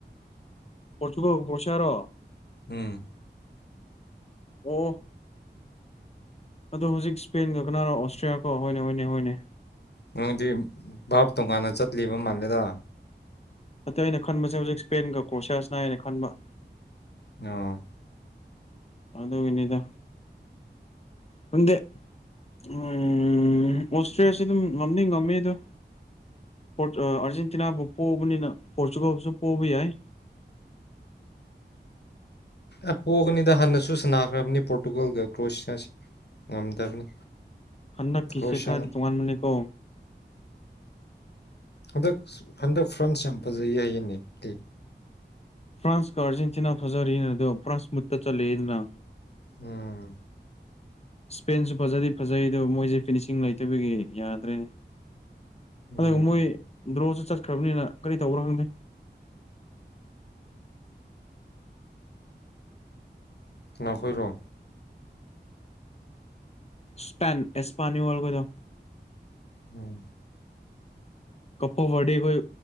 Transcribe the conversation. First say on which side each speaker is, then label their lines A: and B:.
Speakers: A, on the left; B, on the left.
A: ꯄꯣꯔꯇꯨꯒꯜ ꯀ꯭ꯔꯣꯁꯤꯌꯥꯔꯣ
B: ꯎꯝ
A: ꯑꯣ ꯑꯣ ꯑꯗꯣ ꯍꯨꯖꯤꯛ ꯁ꯭ꯄꯦꯟꯒ ꯀꯅꯥꯔꯣ ꯑꯣꯁꯇ꯭ꯔꯤꯌꯥꯒ ꯍꯣꯏꯅꯦ ꯍꯣꯏꯅꯦ ꯍꯣꯏꯅꯦ
B: ꯅꯪꯗꯤ ꯚꯥꯞ ꯇꯣꯉꯥꯟꯅ ꯆꯠꯂꯤꯕ ꯃꯥꯜꯂꯦꯗ
A: ꯑꯇꯩ ꯑꯩꯅ ꯈꯟꯕꯁꯦ ꯍꯨꯖꯤꯛ ꯁ꯭ꯄꯦꯟꯒ ꯀ꯭ꯔꯣꯁꯤꯌꯥ ꯁꯅꯩ ꯍꯥꯏꯅ ꯈꯟꯕ
B: ꯅꯣ
A: ꯑꯗꯨꯒꯤꯅꯤꯗ ꯈꯪꯗꯦ ꯎꯝ ꯑꯣꯁꯇ꯭ꯔꯤꯌꯥꯁꯦ ꯑꯗꯨꯝ ꯉꯝꯅꯤ ꯉꯝꯃꯦ ꯑꯗꯣ ꯄꯣꯔ ꯑꯥ ꯑꯥꯔꯖꯦꯟꯇꯤꯅꯥꯕꯨ ꯄꯣꯕꯅꯤꯅ ꯄꯣꯔꯇꯨꯒꯜꯕꯨꯁꯨ ꯄꯣꯕ ꯌꯥꯏ
B: ꯑꯦ ꯄꯣꯒꯅꯤꯗ ꯍꯥꯟꯅꯁꯨ ꯁꯅꯥꯈ꯭ꯔꯕꯅꯤ ꯄꯣꯔꯇꯨꯒꯜꯒ ꯀ꯭ꯔꯣꯁꯤꯌꯥꯁꯤ ꯉꯝꯗꯕꯅꯤ
A: ꯍꯟꯟꯅꯛꯀꯤꯁꯦ
B: ꯀ꯭ꯔꯣꯁꯤꯌꯥ
A: ꯈꯔꯗꯤ ꯇꯣꯉꯥꯟꯕꯅꯤꯀꯣ
B: ꯍꯟꯗꯛꯁ ꯍꯟꯗꯛ ꯐ꯭ꯔꯟꯁ ꯌꯥꯝ ꯐꯖꯩ ꯍꯥꯏꯌꯦꯅꯦ ꯀꯩ
A: ꯐ꯭ꯔꯥꯟꯁꯀ ꯑꯥꯔꯖꯦꯟꯇꯤꯅꯥ ꯐꯖꯔꯤꯅ ꯑꯗꯣ ꯐ꯭ꯔꯥꯟꯁ ꯃꯨꯠꯇ ꯆꯠꯂꯛꯑꯦꯗꯅ
B: ꯎꯝ
A: ꯏꯁꯄꯦꯟꯁꯨ ꯐꯖꯗꯤ ꯐꯖꯩ ꯑꯗꯣ ꯃꯣꯏꯖꯦ ꯐꯤꯅꯤꯁꯤꯡ ꯂꯩꯇꯕꯒꯤ ꯌꯥꯗ꯭ꯔꯦ
B: ꯎꯝ
A: ꯑꯗꯨꯒ ꯃꯣꯏ ꯗ꯭ꯔꯣꯁꯨ ꯆꯠꯈ꯭ꯔꯕꯅꯤꯅ ꯀꯔꯤ ꯇꯧꯕ꯭ꯔꯥ ꯈꯪꯗꯦ
B: ꯀꯅꯥꯈꯣꯏꯔꯣ
A: ꯏꯁꯄꯦꯟ ꯑꯦꯁꯄꯦꯅꯨꯋꯜ ꯒꯗꯣ
B: ꯎꯝ
A: ꯀꯞꯄꯨ ꯗꯤ ꯀꯣꯏ